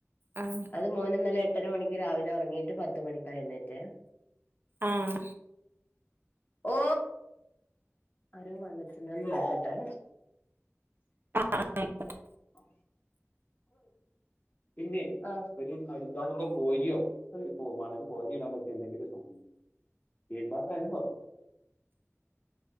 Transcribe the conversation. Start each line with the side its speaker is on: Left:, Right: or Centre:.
Right: ആഹ്
Left: അത് മോ നി ന്നലെ എട്ടര മണിക്ക് രാവിലെ ഉറങ്ങിയിട്ട് പത്ത് മണിക്കാഎ യിന്നേറ്റേ
Right: ആഹ്
Left: ഓ ആരോ വന്നിട്ടുണ്ട് ഒന്ന് നോ ക്കട്ടെ
Right: ആഹ് ആഹ് ആയിക്കോട്ടെ
Left: ഓ പിന്നെ ഒരു അരുകാട്ടിന്റെ കൊ രിയോ അപോ മണൽ കൊരി ഇടാൻ പറ്റിയ എന്തെങ്കിലുംഒരു സാധനം സ്റ്റിൽ പാത്ര യാലും മതി